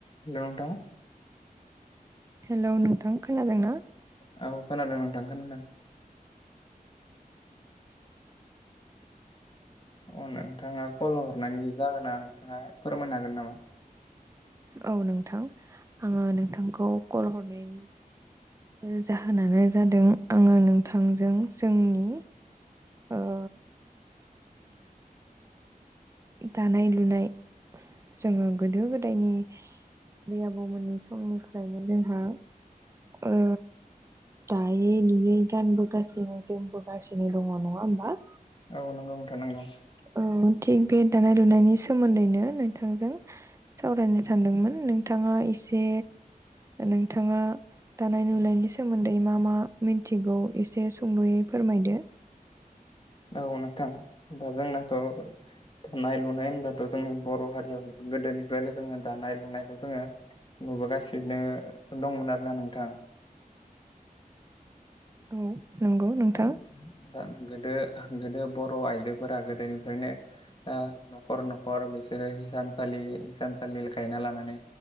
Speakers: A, on the left; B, on the right.
A: हेल' नोंथां
B: हेलौ नोंथां खोनादों ना
A: औ खोनादों नोंथां खोनादों ओ नोंथाङा कल हरनायनि जाहोना नोंथाङा फोरमायनो हागोन नामा?
B: औ नोंथां आङो नोंथांखौ कल हरनायनि जाहोनानो जादों आङो नोंथांजों जोंनि ओ दानाय लुनाय जोङो गोदो गोदायनि बै आबौमोननि समनिफ्रायनो जोंहा ओ दायो लुयो गानबोगासिनो जोमबोगासिनो दङ' नङा होमबा
A: औ नंगौ नोंथां नंगौ
B: औ थिग बे दानाय लुनायनि सोमोन्दैनो नोंथांजों सावरायनो सानदोंमोन नोंथाङा एसे नोंथाङा दानाय लुनायनि सोमोन्दै मा मा मिनथिगौ एसे सुंद'यै फोरमायदो
A: औ नोंथां दा जोंनाथ' दानाय लुनाय होनब्लाथ' जोंनि बर' हारियाव गोदोनिफ्रायनो जोङो दानाय लुनायखौ जोङो नुबोगासिनो दंमोन आरो ना नोंथां
B: औ नंगौ नोंथां
A: <unintelligible> दा गोदो- गोदो बर' आयजोफोरा गोदोनिफ्रायनो ओ न'खर - न'खर बिसोरो हिसानलि इसानसालि गायना लानानै